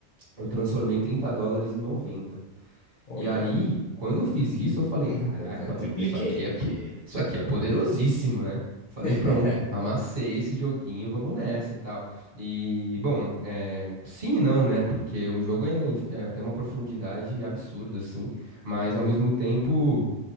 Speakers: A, on the right; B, on the left.
A: eu transformei 30 dólares em noventa
B: Olha,
A: e aí, quando eu fiz isso, eu falei,
B: <laughs>
A: caraca,
B: Opa,
A: mano,
B: tripliquei
A: isso aqui é,
B: aqui.
A: po- isso aqui é poderosíssimo, né? Falei,
B: <laughs>
A: pronto, amassei esse joguinho, vamos nessa e tal. E, bom, é, sim e não, né? Porque o jogo é, inf- é, tem uma profundidade absurda, assim, mas ao mesmo tempo,